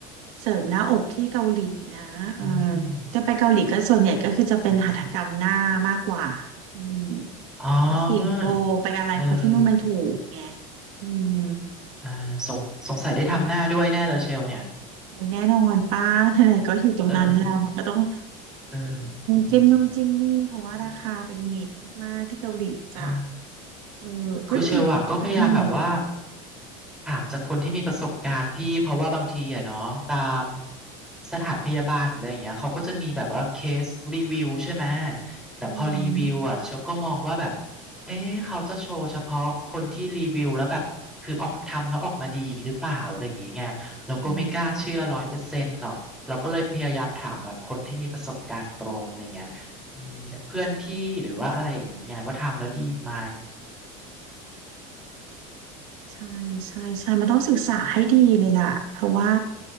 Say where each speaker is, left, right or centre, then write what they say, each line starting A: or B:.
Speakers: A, on the right; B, in the centre.
A: เสริมหน้าอกที่เกาหลีนะเออ
B: อืมอืม
A: จะไปเกาหลีก็ส่วนใหญ่ก็คือจะเป็นหัตถกรรมหน้ามากกว่าอืม
B: เอออ๋อ
A: ไปฉีดโบไปอะไรเพราะที่นู่นมันถูกไง
B: เออ
A: อืม
B: อ่าสงสงสัยได้ทำหน้าด้วยแน่เลยเชลเนี่ย
A: โอ้ยแน่นอนป้าทนายก็อยู่ตรงนั้นแล้วมันก็ต้อง
B: เออเอออืม
A: จิ้มนู่นจิ้มนี่เพราะว่าราคาเป็นมิตรมากๆที่เกาหลีจ้ะ
B: อ่าใช่
A: เออก็ดีนะอืม
B: คือเชลอะก็อืพมยายามมแบบว่าถามจากคนที่มีประสบการณ์พี่เพราะว่าบางทีอะเนาะตามสถานพยาบาลหรืออะไรอย่างเงี้ยเขาก็จะมีแบบว่าเคสรีวิวใช่ไหมแต่พอรีวิวอะเชลก็มองว่าแบบ
A: อืม
B: เอ๊ะเขาจะโชว์เฉพาะคนที่รีวิวแล้วแบบคือออกทำแล้วออกมาดีหรือเปล่าอะไรอย่างเงี้ยไงเราก็ไม่กล้าเชื่อร้อยเปอร์เซ็นต์หรอกเราก็เลยพยายามถามแบบคนที่มีประสบการณ์ตรงอะไรอย่างเงี้ยอืมอย่างเพื่อนพี่หรือว่าอะไรอย่างนี้ไงว่าทำแล้วดีไหม
A: อืมใช่ใช่ใช่มันต้องศึกษาให้ดีเลยล่ะเพราะว่า